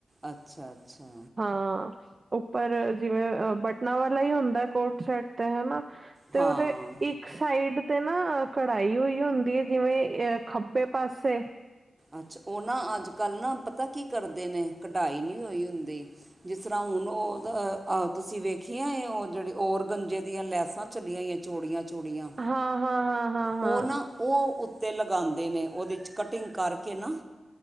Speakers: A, on the right; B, on the right.
A: ਅੱਛਾ- ਅੱਛਾ।
B: ਹਾਂ ਉੱਪਰ ਜਿਵੇਂ ਬਟਨਾਂ ਵਾਲਾ ਹੀ ਹੁੰਦਾ ਕੋਟ ਸੈਟ ਤੇ ਹਨਾ। ਤੇ
A: ਹਾਂ
B: ਉਹਦੇ ਇੱਕ ਸਾਈਡ ਤੇ ਨਾ ਕਢਾਈ ਹੋਈ ਹੁੰਦੀ ਆ ਜਿਵੇਂ ਅ ਖੱਬੇ ਪਾਸੇ
A: ਅੱਛਾ ਉਹ ਨਾ ਅੱਜ ਕੱਲ੍ਹ ਨਾ ਪਤਾ ਕੀ ਕਰਦੇ ਨੇ ਕਢਾਈ ਨੀ ਹੋਈ ਹੁੰਦੀ ਜਿਸ ਤਰ੍ਹਾਂ ਹੁਣ ਓ ਉਹਦਾ ਤੁਸੀਂ ਵੇਖੀਆਂ ਇਹ ਉਹ ਜਿਹੜੀ ਔਰਗੰਜੇ ਦੀਆਂ ਲੈਸਾਂ ਚੱਲੀਆਂ ਹੋਈਆਂ ਚੋੜੀਆਂ ਚੋੜੀਆਂ
B: ਹਾਂ ਹਾਂ ਹਾਂ ਹਾਂ ਹਾਂ
A: ਓ ਨਾ ਓ ਉੱਤੇ ਲਗਾਉਂਦੇ ਨੇ ਉਹਦੇ 'ਚ ਕਟਿੰਗ ਕਰਕੇ ਨਾ